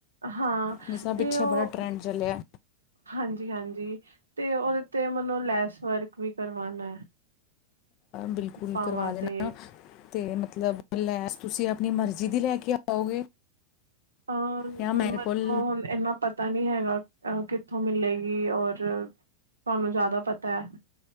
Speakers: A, on the right; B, on the left.
A: ਹਾਂ
B: ਜਿਸ ਤਰ੍ਹਾਂ
A: ਤੇ
B: ਪਿੱਛੇ
A: ਉਹ
B: ਬੜਾ ਟਰੈਂਡ ਚੱਲਿਆ
A: ਹਾਂਜੀ-ਹਾਂਜੀ ਤੇ, ਉਹਦੇ ਤੇ ਮੈਨੂੰ ਲੈਸ ਵਰਕ ਵੀ ਕਰਵਾਉਣਾ।
B: ਬਿਲਕੁਲ
A: ਪਾਵਾਂ
B: ਕਰਵਾ ਦੇਣਾ।
A: ਤੇ
B: ਅਤੇ ਮਤਲਬ ਲੈਸ ਤੁਸੀਂ ਆਪਣੀ ਮਰਜ਼ੀ ਦੀ ਲੈ, ਕੇ ਆਓਗੇ।
A: ਅ
B: ਜਾਂ ਮੇਰੇ
A: ਮੈਨੂੰ
B: ਕੋਲ
A: ਹੁਣ ਇੰਨਾ ਪਤਾ ਨੀ ਹੈਗਾ। ਕਿੱਥੋਂ ਮਿਲੇਗੀ ਔਰ ਤੁਹਾਨੂੰ ਜ਼ਿਆਦਾ ਪਤਾ, ਹੈ